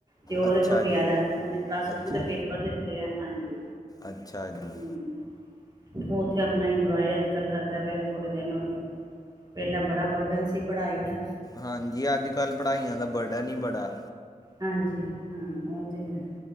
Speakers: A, on the right (about 30°); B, on the left (about 25°).
A: ਤੇ ਹੋਰ
B: ਅੱਛਾ
A: ਇੱਕ ਗਿਆ
B: ਜੀ
A: ਦਾ ਉਹਹਨੇ ਪਲੱਸ
B: ਅੱਛਾ
A: ਟੂ ਦੇ ਪੇਪਰ ਦਿੱਤੇ ਆ ਹਾਂਜੀ
B: ਅੱਛਾ ਜੀ
A: ਹਮ ਉੱਥੇ ਆਪਣਾ ਇੰਜੋਏ ਅੱਜ ਕੱਲ ਕਰਦਾ ਪਿਆ ਥੋੜੇ ਦਿਨ ਹੋਏ ਪਹਿਲਾਂ ਬੜਾ ਬਰਡਨ ਸੀ ਪੜ੍ਹਾਈ ਦਾ
B: ਹਾਂਜੀ ਅੱਜ ਕੱਲ ਪੜ੍ਹਾਈਆਂ ਦਾ ਵੜਨੀ ਬੜਾ
A: ਹਾਂਜੀ ਹਾਂ ਉਹ ਤੇ ਹੈ